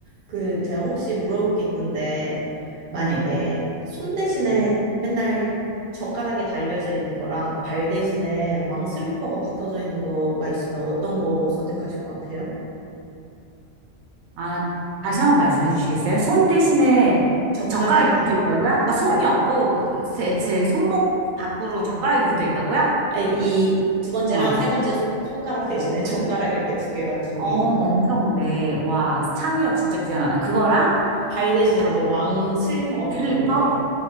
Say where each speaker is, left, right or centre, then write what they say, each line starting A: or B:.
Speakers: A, on the right (about 50°); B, on the right (about 85°).
A: 그 제가 혹시 물어볼 게 있는데 네. 만약에
B: 음.
A: 손 대신에
B: 네.
A: 맨날 젓가락이 달려져 있는 거랑 발 대신에 왕 슬리퍼가 붙어져 있는 거가 있으면 어떤 거 선택하실 것 같아요?
B: 아, 다시 한번 말씀해 주시겠어요? 손 대신에
A: 젓가락이.
B: 젓가락이 붙어 있다고요? 그러니까 손이
A: 네.
B: 없고 제, 제 손목 밖으로 젓가락이 붙어 있다고요?
A: 이 두 번째랑
B: 어.
A: 세 번째 손, 손가락 대신에 <laughs> 젓가락 이렇게 두 개가 긴
B: 어,
A: 게 있는 거.
B: 엄청, 네. 와, 창의력 진짜 뛰어나다. 그거랑
A: 발 대신에
B: 발
A: 이제 왕 슬리퍼가 붙어
B: 슬리퍼?
A: 있는 거예요.